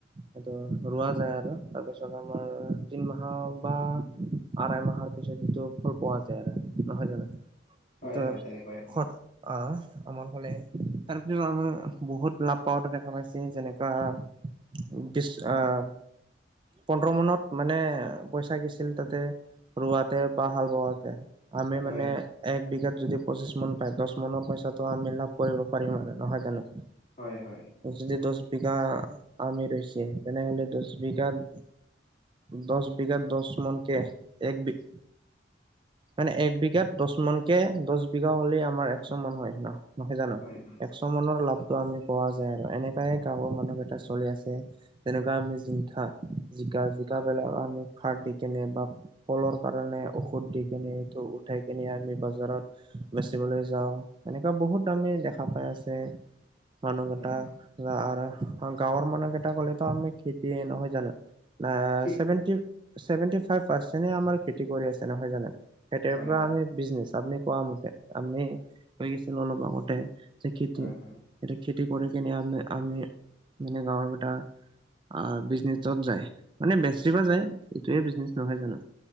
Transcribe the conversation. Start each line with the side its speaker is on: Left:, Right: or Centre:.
Right: সেইটো ৰোৱা যায় আৰু তাৰপিছত আমাৰ তিন মাহৰ বা আঢ়াই মাহৰ পিছত, এইটো ফল পোৱা যায় আৰু। নহয় জানো?
Left: <inaudible>
Right: এইটো
Left: তেনেকুৱাই হয়।
Right: খৰত আহ <unintelligible> আমাৰ ফালে, তাৰপিছত আমাৰ বহুত লাভ পাৱওতে দেখা পাইছে যেনেকুৱা <unintelligible> বিশ আহ, পোন্ধৰ মানত মানে পইচা গিছিল তাতে। ৰোৱাতে বা হাল বোৱাতে। আমি
Left: হয়,
Right: মানে এক বিঘাত যদি পঁচিশ মান পায়, দশ মানৰ পইচাটো আমি লাভ কৰিব পাৰিম আৰু নহয় জানো।
Left: হয়-হয়।
Right: যদি দশ বিঘা আমি ৰৈছে, তেনেহলে দশ বিঘাত দশ বিঘাত দশ মান কে, এক বিঘ মানে এক বিঘাত দশ মানকে, দশ বিঘা হ'লে আমাৰ এশ মান হয় ন? নহয় জানো,
Left: হয়, হয়।
Right: এশ মোনৰ লাভটো আমি পোৱা যায় আৰু এনেকাই গাঁৱৰ মানুহ কেইটা- চলি আছে যেনেকুৱা আমি জিংকা জিকা জিকা
Left: হয়।
Right: বিলাক আমি- সাৰ দি কেনে বা ফলৰ কাৰণে ঔষধ দি কেনে, এইটো উঠাই কেনে আমি বজাৰত বেচিবলৈ যাওঁ, এনেকুৱা বহুত দামি দেখা পাই আছে। মানুহকেইটা
Left: উম,
Right: আৰু গাঁৱৰ মানুহকেইটা ক'লেতো আমি খেতিয়ে নহয় জানো। আ
Left: কি
Right: চেভেন্তি চেভেন্তি ফাইভ পাৰচেনে আমাৰ খেতি কৰি আছে, নহয় জানো? খেতিৰ
Left: হয়,
Right: পৰা
Left: হয়,
Right: আমি বিজনেচ আপুনি কোৱা মতে আপনি কৈ গৈছিল অলপ আগতে। যে খেতি
Left: হয়, হয়,
Right: এয়া খেতি কৰি কেনে আম আমি মানে গাঁৱৰ কেইটা আহ বিজনেছত যায়, মানে বেছিব যায় এইটোয়ে বিজনেছ নহয় জানো।